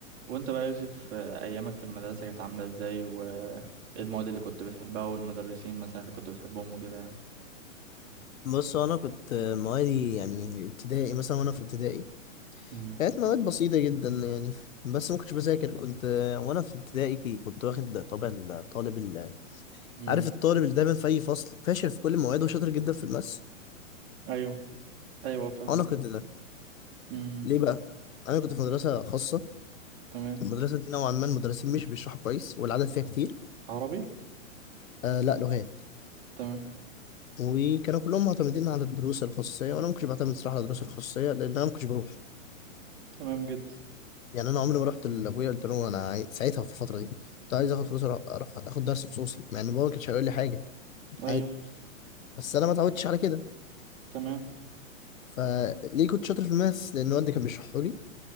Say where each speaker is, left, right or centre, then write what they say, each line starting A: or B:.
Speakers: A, on the right; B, on the left.
A: وانت بقى يا يوسف آه، ايامك في المدرسة كانت عاملة ازاي وايه المواد اللي كنت بتحبها والمدرسين مثلا اللي كنت بتحبهم وكده يعني
B: بص انا كنت موادي يعني ابتدائي مثلا وانا في ابتدائي
A: امم
B: كانت مواد بسيطه جدا يعني بس ما كنتش بذاكر كنت وانا في ابتدائي كي- كنت واخد طبع الطالب ال-
A: امم
B: عارف الطالب اللي دايما في اي فصل فاشل في كل مواعيده وشاطر جدا في الماس
A: ايوه ايوه فاهمة
B: انا كنت ده
A: امم
B: ليه بقى انا كنت في مدرسه خاصه
A: تمام
B: المدرسه دي نوعا ما المدرسين مش بيشرحوا كويس والعدد فيها كتير
A: عربي
B: آه لا لغات
A: تمام
B: وكانوا كلهم معتمدين على الدروس الخصوصيه وانا ما كنتش بعتمد صراحه على الدروس الخصوصيه لان انا ما كنتش بروح
A: تمام جدا
B: يعني انا عمري ما رحت لابويا قلت له انا عاي... ساعتها في الفتره دي كنت عايز
A: امم
B: اخد فلوس اروح أروح اخد درس خصوصي مع ان بابا ما كانش هيقول لي حاجه يعني
A: ايوه
B: عادي بس انا ما اتعودتش على كده
A: تمام
B: فليه كنت شاطر في الماس لان والدي كان بيشرحه لي